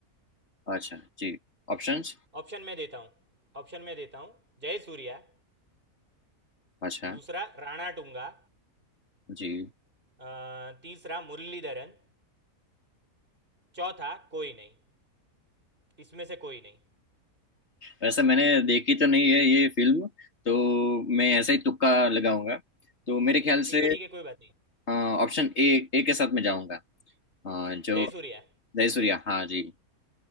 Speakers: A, on the left; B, on the right.
A: अच्छा जी ऑप्शंस
B: ऑप्शन मैं देता हूँ ऑप्शन मैं देता हूँ जय सूर्या
A: अच्छा
B: दूसरा राणा टुंगा
A: जी
B: अ, तीसरा मुरलीधरन चौथा कोई नहीं इसमें से कोई नहीं
A: वैसे मैंने देखी तो नहीं है ये फिल्म तो मैं ऐसा ही तुक्का लगाऊंगा तो मेरे ख्याल
B: ठीक
A: से
B: है ठीक है कोई बात नहीं
A: ऑप्शन ए ए के साथ में जाऊंगा अ, जो
B: जय सूर्या
A: जयसूर्या हाँ जी